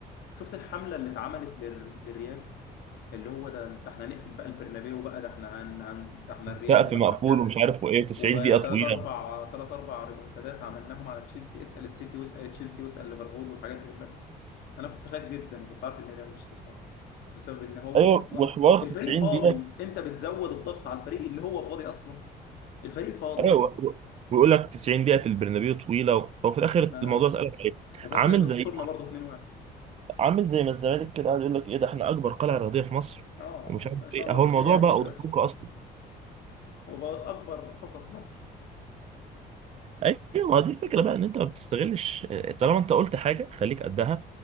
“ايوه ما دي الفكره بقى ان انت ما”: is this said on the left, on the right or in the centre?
Right